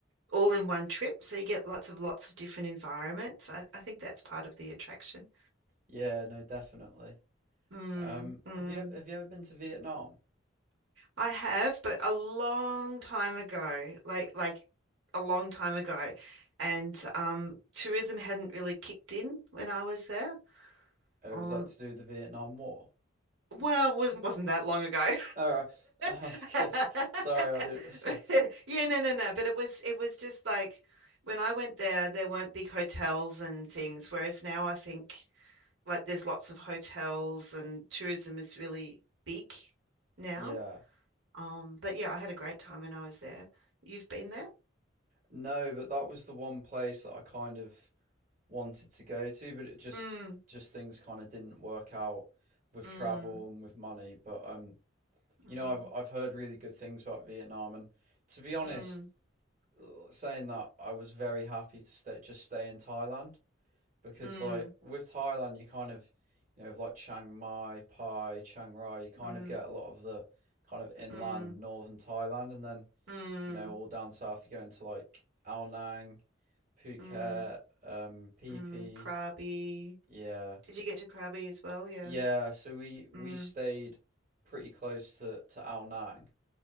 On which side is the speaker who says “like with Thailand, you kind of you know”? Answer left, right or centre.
Right